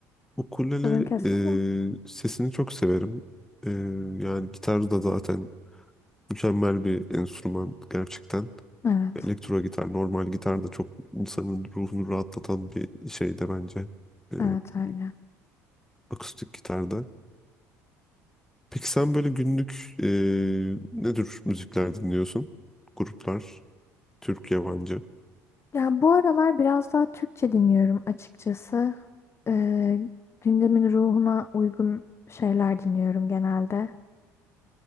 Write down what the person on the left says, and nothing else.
Sözün kesme ama.
Evet,
evet öyle.
Ya bu aralar biraz daha Türkçe dinliyorum açıkçası. Ee, gündemin ruhuna uygun şeyler dinliyorum genelde.